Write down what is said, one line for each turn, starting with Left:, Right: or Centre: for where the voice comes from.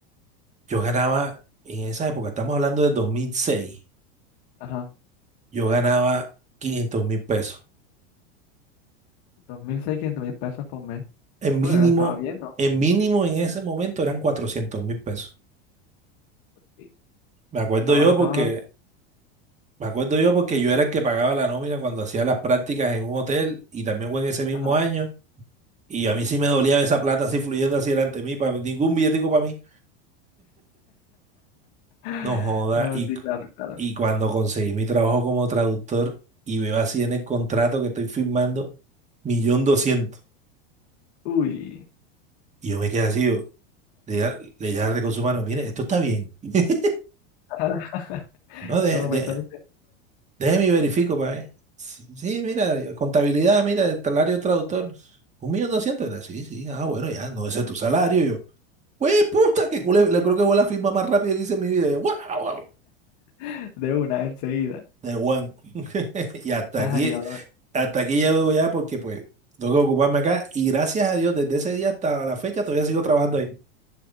Right: yo ganaba, en esa época, estamos hablando de dos mil seis
Left: ajá,
Right: yo ganaba quinientos mil pesos.
Left: 2.600 mil seiscientos mil pesos por mes.
Right: En
Left: No,
Right: mínimo,
Left: pero era, estaba bien, ¿no?
Right: en mínimo en ese momento eran cuatrocientos mil pesos.
Left: Sí,
Right: Me acuerdo
Left: Estaba,
Right: yo
Left: estaba.
Right: porque, me acuerdo yo porque yo era el que pagaba la nómina cuando hacía las prácticas en un hotel y también fue en ese mismo
Left: Ajá.
Right: año. Y a mí sí me dolía esa plata así fluyendo así delante de mí, para ningún billetico para mí.
Left: <laughs>
Right: No joda.
Left: No,
Right: Y,
Left: sí, claro, claro.
Right: y cuando conseguí mi trabajo como traductor y veo así en el contrato que estoy firmando, millón doscientos.
Left: Uy.
Right: Y yo me quedé así, yo, le dije al- le dije al recurso humano, mire, esto está bien. <laughs>
Left: <laughs>
Right: No, de,
Left: Como
Right: de-
Left: pensando
Right: Déjeme y verifico para ver. Sí, sí, mira, contabilidad, mira, el salario de traductor. Un millón doscientos. Sí, sí, ah, bueno, ya, no, ese es tu salario. Yo, güey, puta, que culé, le creo que fue la firma más rápida que hice en mi vida. Yo, "Guau, guau, guau",
Left: <laughs> de una enseguida.
Right: de one. <laughs> Y hasta
Left: Ay,
Right: aquí,
Left: ahora
Right: hasta aquí llego ya porque, pues, tengo que ocuparme acá. Y gracias a Dios, desde ese día hasta la fecha todavía sigo trabajando ahí.